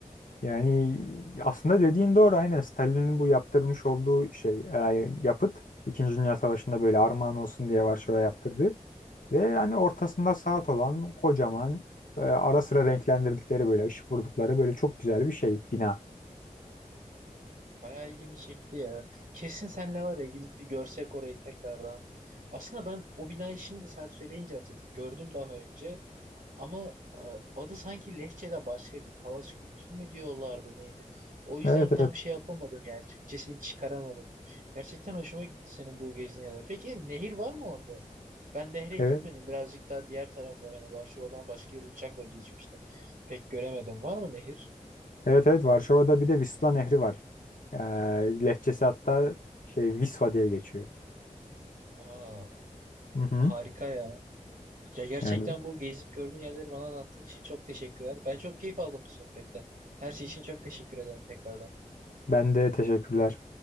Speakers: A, on the left; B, on the right.
A: Yani aslında dediğin doğru aynen Stalin'in bu yaptırmış olduğu şey e, yapıt İkinci Dünya Savaşı'nda böyle armağan olsun diye Varşova yaptırdı. Ve hani ortasında saat olan kocaman e, ara sıra renklendirdikleri böyle ışık vurdukları böyle çok güzel bir şey bina.
B: Bayağı ilgimi çekti ya. Kesin senle var ya gidip bir görsek orayı tekrardan. Aslında ben o binayı şimdi sen söyleyince hatırladım. Gördüm daha önce. Ama a, adı sanki Lehçe'de başkaydı. Palas Kültür mü diyorlardı neydi? O yüzden
A: Evet
B: tam
A: evet
B: şey yapamadım yani. Türkçesini çıkaramadım. Gerçekten hoşuma gitti senin bu gezin yerler. Peki nehir var mı orada? Ben nehre
A: evet
B: gitmedim. Birazcık daha diğer taraflar. Hani Varşova'dan başka yere uçakla geçmiştim. Pek göremedim. Var mı nehir?
A: evet evet Varşova'da bir de Vistula Nehri var. E, lehçesi hatta şey Visva diye geçiyor.
B: Aa,
A: Hı hı.
B: harika ya. Ya gerçekten
A: Yani
B: bu gezip gördüğün yerleri bana anlattığın için çok teşekkürler. Ben çok keyif aldım bu sohbetten. Her şey için çok teşekkür ederim tekrardan.
A: ben de teşekkürler.